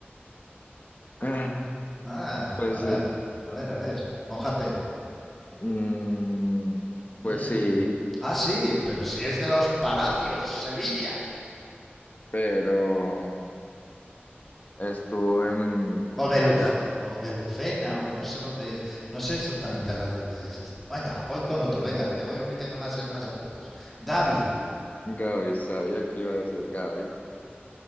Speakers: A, on the left; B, in the centre.
A: <clears throat> <laughs>
B: Ah,
A: Pues,
B: a ver,
A: eh,
B: a ver, a ver, mójate.
A: mm,
B: Mm.
A: pues sí,
B: Ah, sí, pero si es de los Palacios, Sevilla.
A: pero estuve en
B: O de
A: allá.
B: Luz, o de Lucena, o de no sé dónde es. No sé exactamente ahora de dónde es este. Venga, voy con otro, venga, te voy metiendo más en más apuros. Gavi
A: Gaby, sabía que iba a decir Gaby.